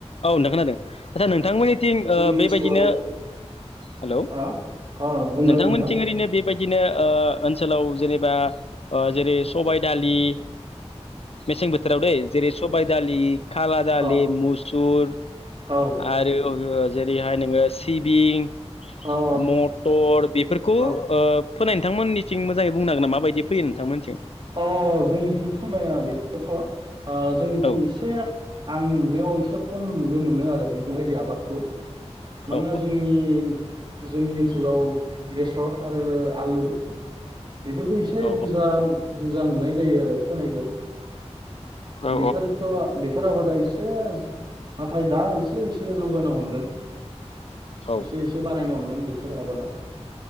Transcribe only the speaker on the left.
औ नोंथां खोनादों आदसा नोंथांमोननिथिं
ओ
बेबायदिनो हेलौ
नोंथांमोनथिं
ओरैनो बे बायदिनो ओ ओनसोलाव जेनेबा ओ जेरै सबाय दालि मेसें बोथोराव दैै जेरै सबाय दालि खाला
दालि मुस सुर
आरो <unintelligible> जेरैहाय नोङो सिबिं
मटर बेफोरखौ
ओ फोनाय नोंथांमोननि थिं मोजाङै बुंनांगोन नामा माबायदि फैयो नोंथांमोनथि
औ
औ
औ
औ
औ